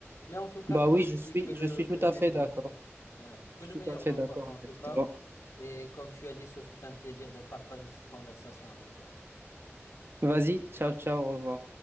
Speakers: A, on the left; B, on the right.
A: Mais en tout cas,
B: bah
A: comme
B: oui,
A: on
B: je suis,
A: dit, que le,
B: je suis
A: que
B: tout
A: le
B: à
A: meilleur
B: fait d'accord.
A: l'emporte. Ouais, que
B: Je
A: le
B: suis
A: meilleur
B: tout à fait
A: l'emporte
B: d'accord
A: en tout
B: avec
A: cas.
B: toi.
A: Et comme tu as dit, ce fut un plaisir de partager cette conversation avec toi.
B: Vas-y, ciao, ciao, au revoir.